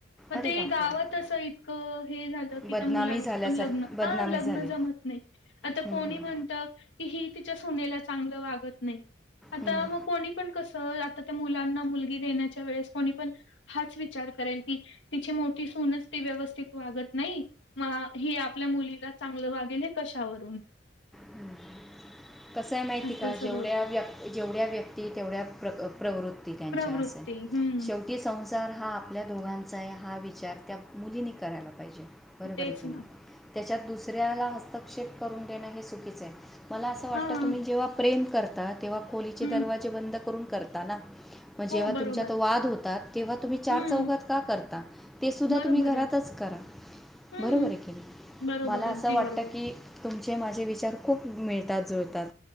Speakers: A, on the left (about 75°); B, in the centre.
A: म
B: अरे
A: ते
B: बापरे
A: गावात असं इतकं हे झालं की
B: बदनामी
A: त्या मुलांचे
B: झाल्यासारखी
A: पण लग्न
B: बदनामी
A: हा लग्न
B: झाली
A: जमत नाही. आता
B: हं,
A: कोणी
B: हं,
A: म्हणत की ही तिच्या सू नेला चांगला वागत नाही आता
B: हं.
A: मग कोणी पण कसं आता मुलांना मुलगी देण्याच्या वेळेस कोणी पण हाच विचार करेल की तिची मोठी सूनच ती व्यवस्थित वागत नाही म ही आपल्या मुलीला चांगलं वागेल कशावरून.
B: हम्म. कसं आहे माहिती
A: असं
B: का
A: सगळं
B: जेवढ्या
A: होतं.
B: व्य जेवढ्या व्यक्ती तेवढ्या प्रक प्रवृत ती त्यांच्या
A: प्रवृत्ती
B: असेल,
A: हं,
B: शेवटी सं संसार हा आपल्या दोघांचा आहे हा विचार त्या मुलीनी करायला पाहिजे. बरोबर
A: तेच
B: आहे की
A: ना.
B: नाही त्याच्यात दुसऱ्याला हस्तक्षेप करून देणं हे चुकीच आहे. मला असं वाटतं
A: हां,
B: तुम्ही जेव्हा प्रेम करता तेव्हा खोलीचे
A: हं.
B: दरवाजे बंद करून करता ना म जेव्हा
A: हो, बरोबर.
B: तुमच्यात वाद होतात, तेव्हा तुम्ही चार
A: हं,
B: चौघात का करता? ते सुद्धा
A: बरोबर
B: तुम्ही घरातच
A: आहे.
B: च करा,
A: हं,
B: बरोबर ये की नै,
A: बरोबर.
B: मला
A: अगदी
B: असं वाटतं
A: बरोबर.
B: की तुमचे माझे विचार खूप मिळतात जुळतात